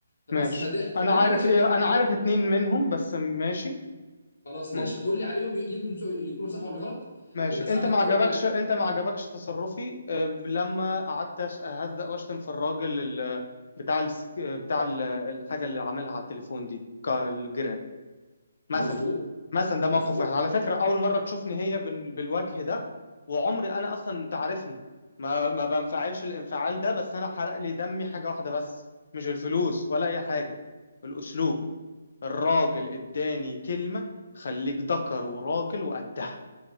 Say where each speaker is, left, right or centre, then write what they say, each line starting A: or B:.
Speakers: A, on the left; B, on the left.
A: فبس
B: ماشي
A: فده فده
B: انا عارف
A: اللي انا شايفه
B: ايه انا عارف اتنين منهم بس ماشي
A: خلاص
B: ممكن
A: ماشي قول لي عليهم ي- يمكن سو- يكونوا صح ولا غلط
B: ماشي
A: بس
B: انت
A: عامه
B: ما
A: انا
B: عجبكش
A: قلت لك
B: انت ما عجبكش تصرفي آه، لما قعدت أش- اهزق واشتم في الراجل ال- بتاع السك... بتاع ال- الحاجه اللي عملها على التليفون دي الجراب مثلا
A: مظبوط
B: مثلا ده موقف
A: مظبوط
B: واحد على فكرة أول مرة تشوفني هي بال- بالوجه ده وعمري أنا أصلا أنت عارفني ما ما بنفعلش الانفعال ده بس أنا حرق لي دمي حاجة واحدة بس مش الفلوس ولا أي حاجة الأسلوب الراجل إداني كلمة خليك ذكر وراجل وقدها